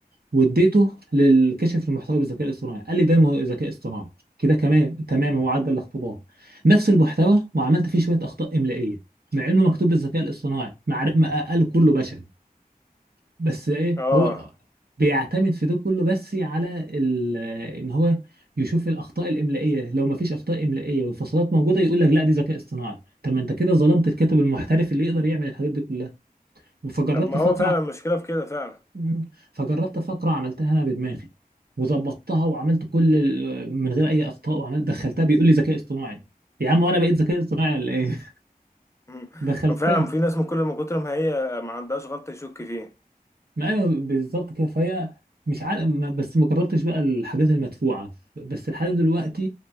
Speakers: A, on the right (about 80°); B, on the left (about 20°).
A: واديته للكشف المحتوى بالذكاء الاصطناعي قال لي ده مه- ذكاء اصطناعي كده كمان تمام هو عدى الاختبار نفس المحتوى وعملت فيه شويه اخطاء املائيه مع انه مكتوب بالذكاء الاصطناعي مع ما قال كله بشر بس ايه
B: اه
A: هو بيعتمد في ده كله بس على ال- ان هو يشوف الاخطاء الاملائيه لو ما فيش اخطاء املائيه والفصلات موجوده يقول لك لا دي ذكاء اصطناعي طب ما انت كده ظلمت الكاتب المحترف اللي يقدر يعمل الحاجات دي كلها فجربت
B: طب ما
A: فقرة
B: هو فعلا المشكلة في كده فعلا
A: مم. فجربت فقرة عملتها أنا بدماغي وظبطتها وعملت كل ال... من غير أي أخطاء وعملت دخلتها بيقول لي ذكاء اصطناعي يا عم وأنا بقيت ذكاء اصطناعي ولا إيه؟
B: مم.
A: <laughs> دخلتها
B: هو فعلا في ناس من كل ما كتر ما هي ما عندهاش غلطة يشك فيه
A: ما أيوه بالظبط كده فهي مش عارف ما- بس ما جربتش بقى الحاجات المدفوعة بس لحد دلوقتي